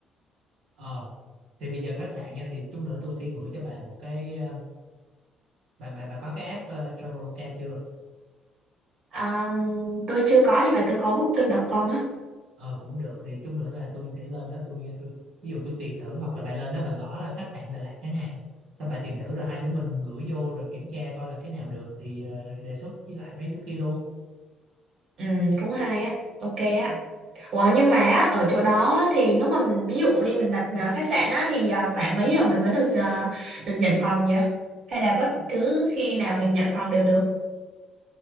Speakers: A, on the right; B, on the right.
A: ờ thì bây giờ khách sạn nha thì chút nữa tôi sẽ gửi cho bà một cái ờ, bà bà bà có cái app ờ, Traveloka chưa
B: À, tôi chưa có nhưng mà tôi có booking.com á.
A: ờ cũng được thì chút nữa là tôi sẽ lên đó tôi tôi ví dụ tôi tìm thử hoặc là bà lên đó bà gõ là khách sạn Đà Lạt chẳng hạn xong bà tìm thử rồi hai đứa mình gửi vô rồi kiểm tra coi là cái nào được thì ờ, đề xuất với lại mấy đứa kia luôn
B: Ừ, cũng hay á. Ok á. Ủa nhưng mà á, ở chỗ đó á, thì lúc mà mình ví dụ đi mình đặt à, khách sạn á thì à, khoảng mấy giờ mình mới được à, được nhận phòng vậy? Hay là bất cứ khi nào mình nhận phòng đều được?